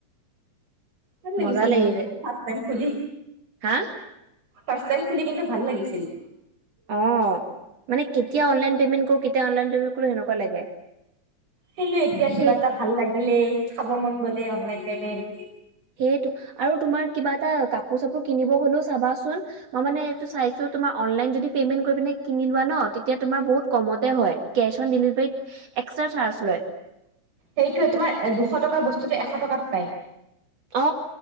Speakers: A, on the right; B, on the right.
A: ভাল লাগিছিল
B: মজা লাগি যায়
A: ফাৰ্ষ্ট টাইম খুলি।
B: হা।
A: ফাৰ্ষ্ট টাইম খুলি কিন্তু ভাল লাগিছিল।
B: অ মানে কেতিয়া অনলাইন পেমেন্ট কৰো কেতিয়া অনলাইন পেমেণ্ট কৰোঁ সেনেকুৱা লাগে।
A: কিন্তু এতিয়া কিবা
B: সেই
A: এটা ভাল লাগিলে খাব মন গলে অনলাইন পেমেন্ট।
B: সেইটো আৰু তোমাৰ কিবা এটা কাপোৰ চাপোৰ কিনিব হলেও চাবাচোন মই মানে চো তুমাৰ অনলাইন যদি পেমেন্ন কৰিপিনি কিনি লোৱা ন তেতিয়া তুমাৰ বহুত কমতে হয় কেচ অন ডেলিভাৰীত এক্সট্ৰা চাৰ্জ লয়
A: সেইটোয়ে তোমাৰ এ দুশ টকাৰ বস্তুতো এশ টকাত পায়
B: অ